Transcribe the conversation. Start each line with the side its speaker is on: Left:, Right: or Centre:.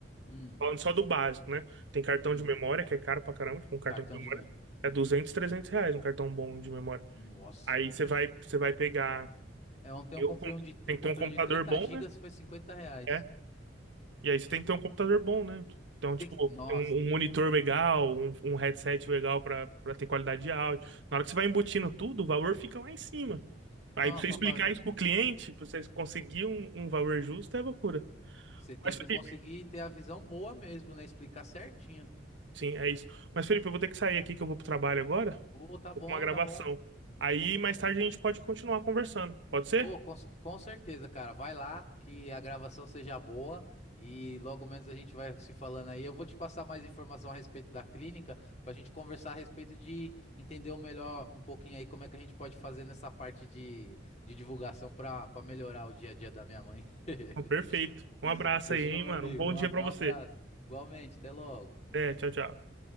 Left: Hum,
Right: falando só do básico, né? Tem cartão
Left: hum.
Right: de memória, que é caro pra caramba, tipo, um cartão
Left: Cartão
Right: de memória
Left: de memória.
Right: é 200 300 reais, um cartão bom de memória.
Left: Nossa,
Right: Aí
Left: velho.
Right: você vai, você vai pegar,
Left: É, ontem eu
Right: eu,
Left: comprei
Right: com-
Left: um de,
Right: tem
Left: eu
Right: que
Left: comprei
Right: ter um computador
Left: um de 30
Right: bom,
Left: gigas,
Right: né?
Left: foi 50 reais.
Right: É, e aí você tem que ter um computador bom, né? Então, tipo,
Left: Tem que, nossa,
Right: um, um monitor legal, um, um headset legal pra, pra ter qualidade de áudio. Na
Left: que-
Right: hora que você vai embutindo tudo, o valor fica lá
Left: não,
Right: em cima. Aí
Left: não,
Right: pra você
Left: para
Right: explicar
Left: fazer,
Right: isso pro cliente, pra você conseguir um, um valor justo, é loucura.
Left: você tem
Right: Mas, Felipe,
Left: que conseguir ter a visão boa mesmo, né? Explicar certinho.
Right: Sim, é isso. Mas, Felipe, eu vou ter que sair aqui que eu vou pro trabalho agora.
Left: Ô, tá
Right: Vou
Left: bom,
Right: pra uma gravação.
Left: tá bom.
Right: Aí mais tarde a gente pode continuar conversando. Pode ser?
Left: Ô, com, c- com certeza, cara. Vai lá, que a gravação seja boa e logo menos a gente vai se falando aí. Eu vou te passar mais informação a respeito da clínica pra gente conversar a respeito de entender o melhor um pouquinho aí como é que a gente pode fazer nessa parte de, de divulgação pra para melhorar o dia a dia da minha mãe. <laughs>
Right: Então, perfeito. Um abraço
Left: Fechou,
Right: aí, hein,
Left: meu
Right: mano.
Left: amigo?
Right: Um bom
Left: Um
Right: dia
Left: a-
Right: pra
Left: um
Right: você.
Left: abraço. Igualmente, até logo.
Right: É, tchau, tchau.